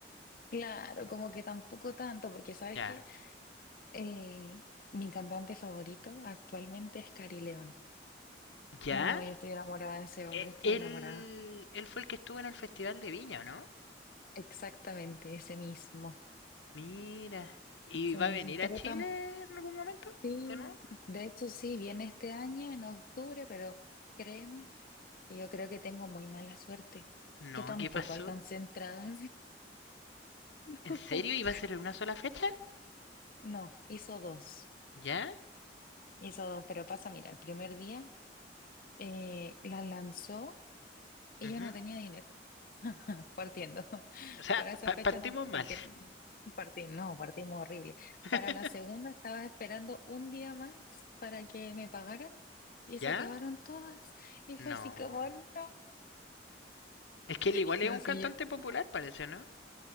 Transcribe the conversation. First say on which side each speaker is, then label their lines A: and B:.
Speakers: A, on the left; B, on the left.
A: claro, como que tampoco tanto, porque sabes
B: Ya.
A: que eh, mi cantante favorito actualmente es Cari León.
B: ¿Ya?
A: No, yo estoy enamorada de ese hombre,
B: Eh,
A: estoy
B: Él,
A: enamorada.
B: él fue el que estuvo en el Festival de Viña, ¿o ¿no?
A: Exactamente, ese mismo.
B: Mira. ¿Y
A: Ese
B: va
A: mismo.
B: a venir
A: Pero
B: a Chile
A: tan
B: en algún momento?
A: sí,
B: ¿De nuevo?
A: de hecho sí, viene este año, en octubre, pero créeme que yo creo que tengo muy mala suerte,
B: No,
A: que tampoco
B: ¿qué pasó?
A: alcancé entradas. <laughs>
B: ¿En serio? ¿Iba a ser en una sola fecha?
A: No, hizo dos,
B: ¿Ya?
A: hizo dos, pero pasa, mira, el primer día eh, la lanzó y
B: Ujú.
A: yo no tenía dinero, <laughs> partiendo. <laughs>
B: O sea,
A: Para esa
B: pa-
A: fecha
B: partimos
A: no, porque
B: mal.
A: partí, no, partimos horrible.
B: <laughs>
A: Para la segunda estaba esperando un día más para que me pagaran y
B: ¿Ya?
A: se acabaron todas y fue
B: No.
A: así como, no,
B: Es que él
A: <laughs>
B: igual es
A: no
B: un
A: sé,
B: cantante
A: yo
B: popular, parece, ¿no?